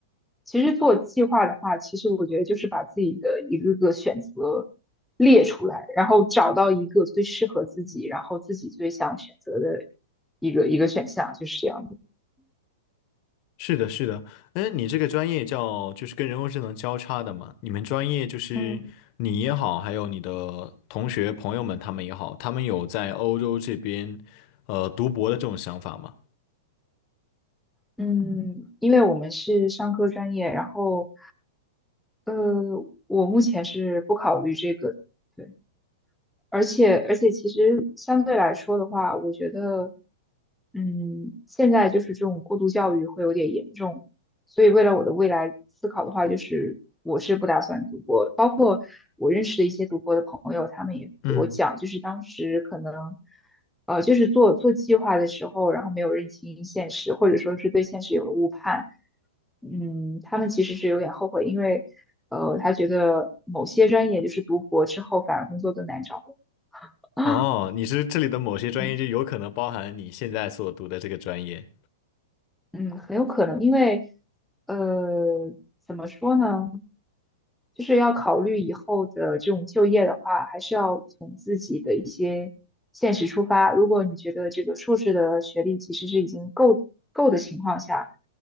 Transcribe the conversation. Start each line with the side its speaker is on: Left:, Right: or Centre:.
Centre: 其实做计划的话，其实我觉得就是把自己的一个个选择列出来，然后找到一个最适合自己，然后自己最想选择的一个一个选项，就是这样的。
Left: 是的，是的，嗯，你这个专业叫就是跟人工智能交叉的嘛？你们专业就是你也好，
Centre: 嗯
Left: 还有你的同学朋友们他们也好，他们有在欧洲这边呃读博的这种想法吗？
Centre: 嗯，因为我们是商科专业，然后呃，我目前是不考虑这个的。对。而且而且其实相对来说的话，我觉得，嗯，现在就是这种过度教育会有点严重，所以为了我的未来思考的话，就是我是不打算读博。包括我认识的一些读博的朋友，他们也给我讲，
Left: 嗯，
Centre: 就是当时可能，呃，就是做做计划的时候，然后没有认清现实，或者说是对现实有了误判，嗯，他们其实是有点后悔，因为。呃，他觉得某些专业就是读博之后反而工作更难找，<gasps> 啊，
Left: 哦，你是这里的某些专业就有可能包含你现在所读的这个专业。
Centre: 嗯嗯，很有可能，因为呃，怎么说呢，就是要考虑以后的这种就业的话，还是要从自己的一些现实出发。如果你觉得这个硕士的学历其实是已经够够的情况下，